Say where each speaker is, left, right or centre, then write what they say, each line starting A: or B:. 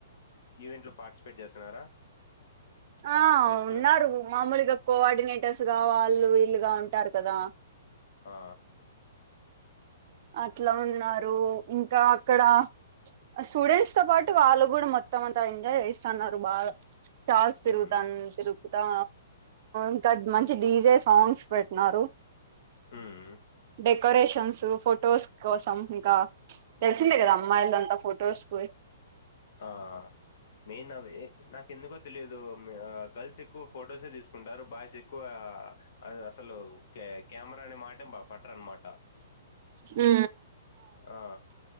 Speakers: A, on the left (about 55°); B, on the right (about 50°).
A: ఈవెంట్లు పార్టిసిపేట్ చేస్తున్నారా
B: ఆ
A: ఫెస్ట్
B: ఉన్నారు
A: లో
B: మామూలుగా కోఆర్డినేటర్స్ గా వాళ్ళు వీళ్ళుగా ఉ టారు కదా
A: ఆ
B: అట్లా ఉన్నారు ఇంకా అక్కడ స్టూడెంట్స్ తో పాటు వాళ్ళు కూడా మొత్తం అంతా ఎంజాయ్ చేస్తన్నారు బాగా సార్స్
A: హ్మ్
B: తిరుగుతాను తిరుగు ఇకా ఇంకా మంచి డీజే సాంగ్స్ పెట్టినారు
A: హ్మ్
B: డెకరేషన్స్ ఫొటోస్ కోసం ఇంకా తెలిసిందే కదా అమ్మాయిలది అంతా ఫొటోస్వి
A: ఆ మెయిన్ అవి నాకు ఎందుకొ తెలిదు గర్ల్స్ ఎక్కువ ఫొటోసే తీసుకుంటారు బాయ్స్ ఎక్కువ అసలు కెమెరా అనే మాటే పట్టరనమాటా
B: అ
A: ఆ